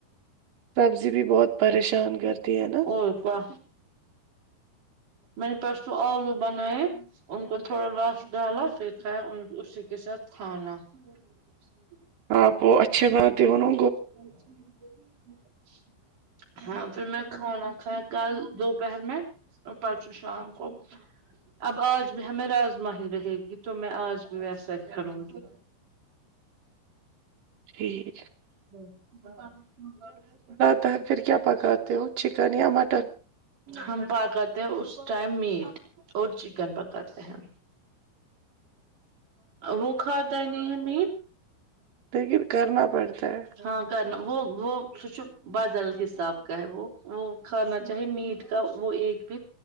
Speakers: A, on the right; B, on the right.
A: سبزی بھی بہت پریشان کرتی ہے نا
B: اور کیا میں نے پرسوں آلو بنائے ان کو تھوڑا رس ڈالا پھر کھاۓ اسی کے ساتھ کھانا <unintelligible>
A: آپ اچھے باتیں بنو
B: <unintelligible> ہاں پھر میں کھانا کھایا کل دوپہر میں اور پرسوں شام کو اب آج بھی ہمیں راجما ہی رہے گی تو میں آج بھی ویسا ہی کروں گی
A: ٹھیک
B: <unintelligible>
A: تو پھر کیا پکاتے ہو چکن یا مٹن
B: ہم پکاتے ہیں اس ٹائم میٹ اور چکن پکاتے ہیں وہ کھاتا ہی نہیں ہے میٹ
A: لیکن کرنا پڑتا ہے
B: ہاں کرنا وہ وہ سوچ بدل حساب کا ہے وہ وہ کھانا چاہے میٹ کا وہ ایک